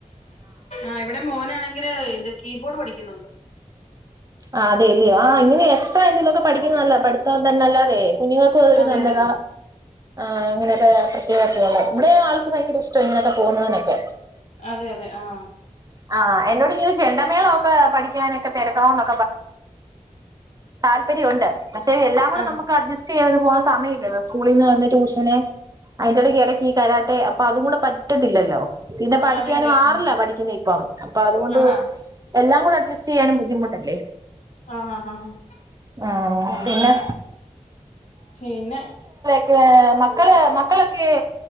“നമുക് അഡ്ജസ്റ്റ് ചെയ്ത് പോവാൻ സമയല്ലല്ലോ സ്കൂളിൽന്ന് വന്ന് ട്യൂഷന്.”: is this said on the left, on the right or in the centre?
Right